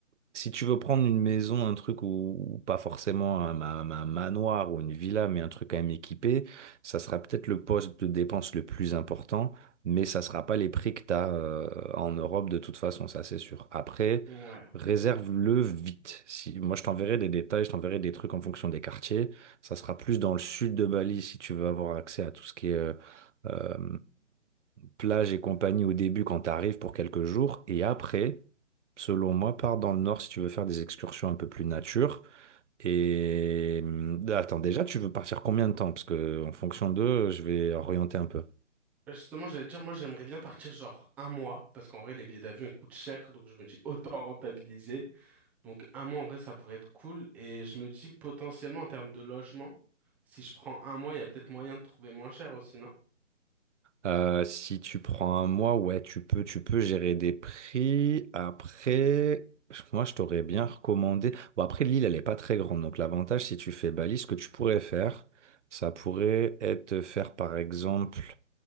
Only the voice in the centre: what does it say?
Ouais.
Bah, Justement, j'allais te dire, moi, j'aimerais bien partir genre un mois, parce qu'en vrai, les billets d'avion, ils coûtent cher, donc je me dis autant rentabiliser. Donc, un mois, en vrai, ça pourrait être cool. Et je me dis potentiellement, en termes de logement, si je prends un mois, il y a peut-être moyen de trouver moins cher aussi, non?